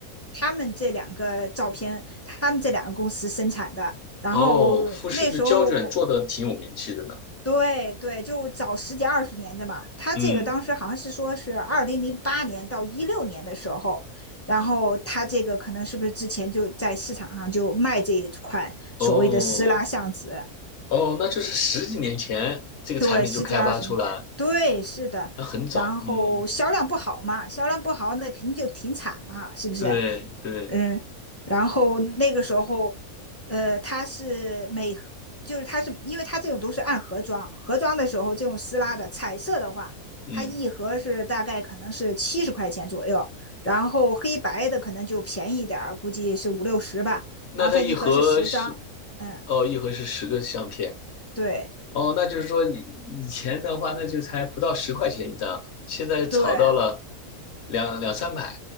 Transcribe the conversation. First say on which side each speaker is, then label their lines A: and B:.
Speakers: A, on the left (about 15°); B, on the left (about 55°).
A: 他们这两个照片，他们这两个公司生产的，然后那时候。
B: 哦，富士的胶卷做的挺有名气的呢。
A: 对对，就早十几二十年的嘛。他这个当时好像是说是二零零八年到一六年的时候，
B: 嗯，
A: 然后他这个可能是不是之前就在市场上就卖这一款所谓的撕拉橡子？
B: 哦，哦，那就是十几年前这个产品就开发出来，
A: 对，十几二十年，对，是的。
B: 那很早。
A: 然后销量不好嘛，
B: 嗯，
A: 销量不好那肯定就停产嘛，是不是？
B: 对对，
A: 嗯，然后那个时候，呃，它是每盒就是它是因为它这种都是按盒装，盒装的时候这种撕拉的彩色的话，
B: 嗯，
A: 它一盒是大概可能是七十块钱左右，然后黑白的可能就便宜一点儿，估计是五六十吧。
B: 那它一盒是，
A: 然后它一盒是十张，嗯，
B: 哦，一盒是十个相片。
A: 对
B: 哦，那就是说以以前的话，那就才不到十块钱一张，现在炒到了
A: 对
B: 两两三百。